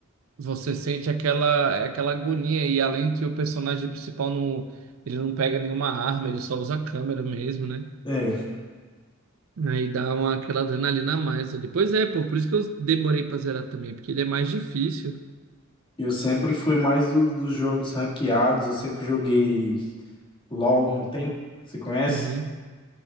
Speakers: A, on the right (about 80°); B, on the left (about 25°).
A: você sente aquela é aquela agonia e além que o personagem principal não ele não pega nenhuma arma, ele só usa a câmera mesmo, né?
B: É,
A: Aí dá uma aquela adrenalina a mais ali. Pois é, pô, por isso que eu demorei pra zerar também, porque ele é mais difícil.
B: eu sempre fui mais do- dos jogos ranqueados, eu sempre joguei LOL, não tem? Você conhece?
A: Uhum.